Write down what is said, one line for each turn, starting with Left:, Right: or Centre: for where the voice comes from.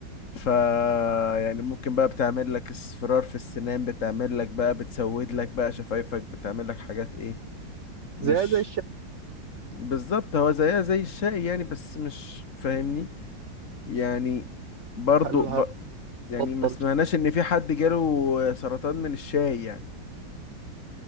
Left: ف يعني ممكن بقى بتعمل لك اصفرار في السنان بتعمل لك بقى بتسود لك بقى شفايفك بتعمل لك حاجات ايه مش
Right: زي زي الشعر
Left: بالظبط هو زيها زي الشاي يعني بس مش فاهمني يعني برضو
Right: هل
Left: ب... يعني
Right: هتبطل
Left: ما سمعناش
Right: شعر؟
Left: ان في حد جاله سرطان من الشاي يعني